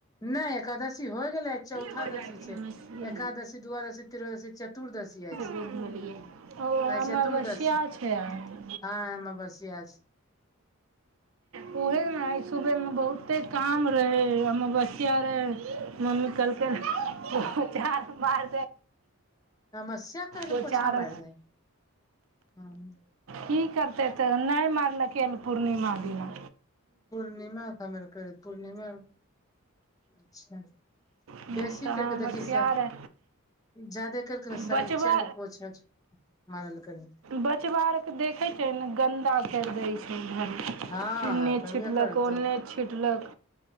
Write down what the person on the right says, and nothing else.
तनी
से
बेद होलियै ओ अमावस्या
छै आइ
उहे सुबह में बहुते काम रहै अमबसया रहै मम्मी कहलकै ओ चार मार
ओ
चारि।
की करतै तऽ नहि मारलकै पूर्णिमा दिना
तऽ
हमस्या
रे
बचबा
बच्चा आरके देखैत छै ने गन्दा कऽ दैत छै। घर एन्ने-ओन्ने
छिटकल
अछि नहि छिटलक